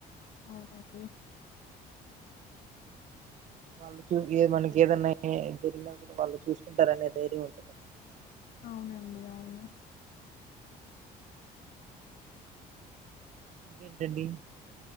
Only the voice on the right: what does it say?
వాళ్ళు చూ ఏ మనకి ఏదన్నా జరిగినా కూడా వాళ్ళు చూసుకుంటారునే ధైర్యం ఉంటందండి
గడడి